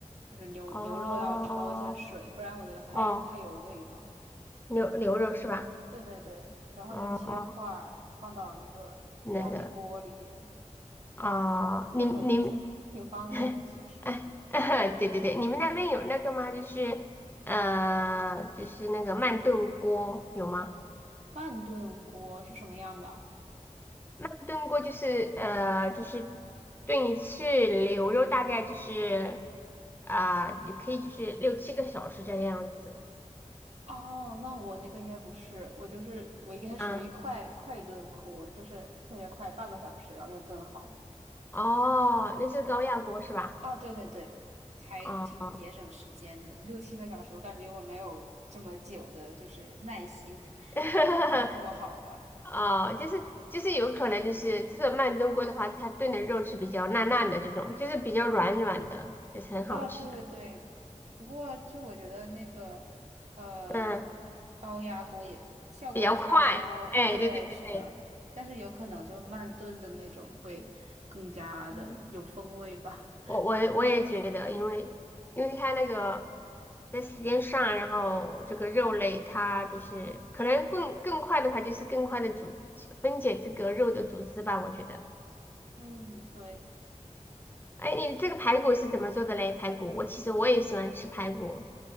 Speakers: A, on the right; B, on the left.
A: 就是牛牛肉要焯一下水，
B: 哦
A: 不然我觉得太太有味道。
B: 哦，牛牛肉是吧？
A: 对。对对对，然后就切块儿放到那个压力锅里边，
B: 哦那个啊、
A: 对，
B: 你你们，
A: <laughs> 其实挺方便的。
B: <laughs>
A: 其实
B: 哎，<laughs> 对对对，你们那边有那个吗？就是呃，就是那个慢炖锅有吗？
A: 慢炖锅是什么样的啊
B: 慢炖锅就是呃，就是炖一次牛肉，大概就是啊、也可以就是六七个小时这个样子。
A: 哦，那我那个应该不是，我就是我应该属于快快炖锅，
B: 嗯，
A: 就是特别快，半个小时然后就炖好了。
B: 哦，那是高压锅是吧？
A: 哦，对对对，还挺节省时间的，
B: 哦，
A: 六七个小时，我感觉我没有这么久的，就是耐心 <laughs>
B: <laughs>
A: 等它做好吧。
B: 哦，就是就是有可能就是这种慢炖锅的话，它炖的肉是比较烂烂的这种，就是比较软软的，就是很好吃的，
A: 啊，对对对，不过就我觉得那个呃
B: 嗯，
A: 高压锅也效果也差不多，
B: 比较快，哎，
A: 对，
B: 对对对对，
A: 是的，但是有可能就是慢炖的那种会更加的有风味吧。
B: 嗯，我我也我也觉得，因为因为它那个在时间上，然后这个肉类它就是可能更更快的话，就是更快的组分解这个肉的组织吧，我觉得。
A: 嗯，对。
B: 哎，你这个排骨是怎么做的嘞？排骨，我其实我也喜欢吃排骨。